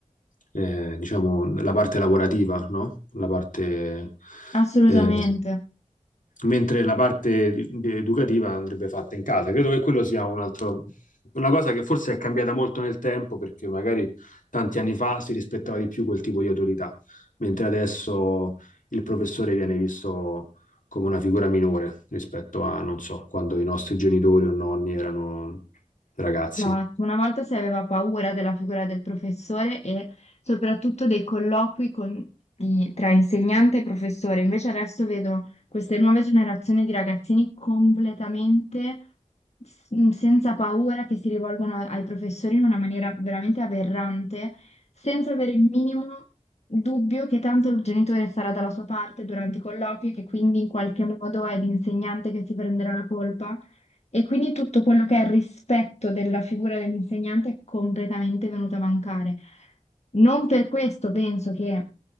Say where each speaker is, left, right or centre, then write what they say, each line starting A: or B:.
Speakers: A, on the left; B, on the left.
A: eh, diciamo, la parte lavorativa, no? La parte
B: Assolutamente.
A: eh, mentre la parte di- di- educativa andrebbe fatta in casa. Credo che quello sia un altro, una cosa che forse è cambiata molto nel tempo, perché magari tanti anni fa si rispettava di più quel tipo di autorità, mentre adesso il professore viene visto come una figura minore rispetto a, non so, quando i nostri genitori o nonni erano ragazzi.
B: Esatto, una volta si aveva paura della figura del professore e soprattutto dei colloqui con- di- tra insegnante e professore, invece adesso vedo queste nuove generazioni di ragazzini completamente s- senza paura che si rivolgono ai professori in una maniera veramente aberrante, senza avere il minimo dubbio che tanto il genitore sarà dalla sua parte durante i colloqui, che quindi in qualche modo è l'insegnante che si prenderà la colpa. E quindi tutto quello che è il rispetto della figura dell'insegnante è completamente venuto a mancare. Non per questo penso che